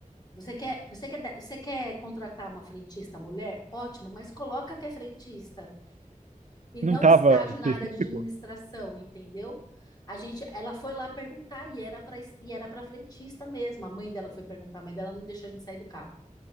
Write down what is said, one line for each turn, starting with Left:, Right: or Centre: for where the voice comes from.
Left: Você quer, você quer, você quer contratar uma frentista mulher? Ótimo, mas coloca que é frentista e
Right: Não
Left: não
Right: tava
Left: estágio
Right: específico?
Left: na área de administração, entendeu? A gente, ela foi lá perguntar e era para e era para frentista mesmo. A mãe dela foi perguntar, a mãe dela não deixou a gente sair do carro.